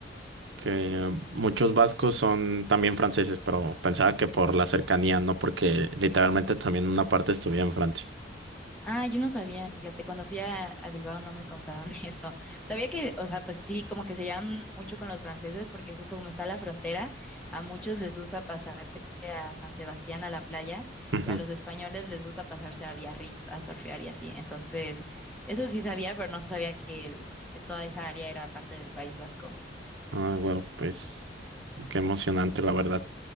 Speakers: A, on the right; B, in the centre.
A: que muchos vascos son también franceses, pero pensaba que por la cercanía, no porque literalmente también una parte estuviera en Francia.
B: Ah, yo no sabía, fíjate, cuando fui a, a Bilbao no me contaron <laughs> eso. Sabía que, o sea, pues sí, como que se llevan mucho con los franceses porque justo como está la frontera, a muchos les gusta pasarse a San Sebastián, a la playa,
A: Ujú.
B: y a los españoles les gusta pasarse a Biarritz a surfear y así. Entonces, eso sí sabía, pero no sabía que el- toda esa área era parte del País Vasco.
A: Ah, wow, pues qué emocionante, la verdad.